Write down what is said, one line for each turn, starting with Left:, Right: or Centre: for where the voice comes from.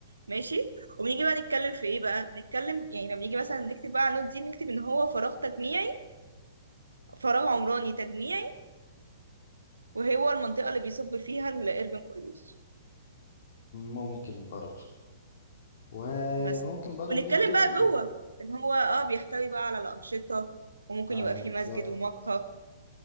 Right: ماشي وبنيجي بقى نتكلم في ايه بقى بنتكلم يعني لما نيجي مثلا نكتب بقى على النوت دي نكتب ان هو فراغ تجميعي فراغ عمراني تجميعي وهو المنطقة اللي بيصب فيها الاربن كوريوس
Left: ممكن برضو وممكن
Right: بس
Left: برضو
Right: ونتكلم
Left: نكتب
Right: بقى جوه ان هو اه بيحتوي بقى على الأنشطة وممكن
Left: اه
Right: يبقى فيه
Left: بالظبط
Right: مسجد ومقهى